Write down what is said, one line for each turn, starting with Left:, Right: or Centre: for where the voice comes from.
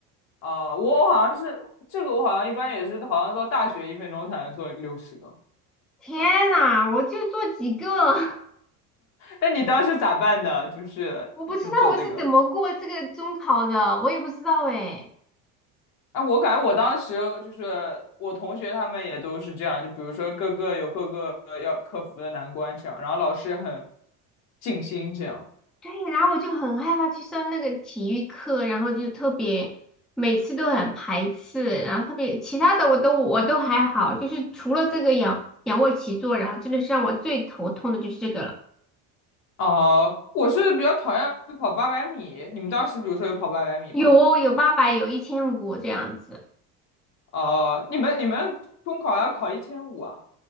Left: 啊，我我好像是这个，我好像一般也是，好像到大学一分钟才能做六十个。
Centre: 天呐，我就做几个，<laughs>
Left: 那你当时咋办的？就是就做这个？
Centre: 我不知道我是怎么过这个中考的，我也不知道哎。
Left: 哎、我感觉我当时就是我同学他们也都是这样，就比如说各个有各个要克服的难关这样，然后老师也很尽心这样。
Centre: 对，然后我就很害怕去上那个体育课，然后就特别每次都很排斥，然后特别其他的我都我都还好，就是除了这个仰仰卧起坐，然后真的是让我最头痛的就是这个了，
Left: 哦，我是比较讨厌跑八百米。你们当时比如说有跑八百米吗？
Centre: 有哦有八百，有一千五这样子。
Left: 哦，你们你们中考要考一千五啊？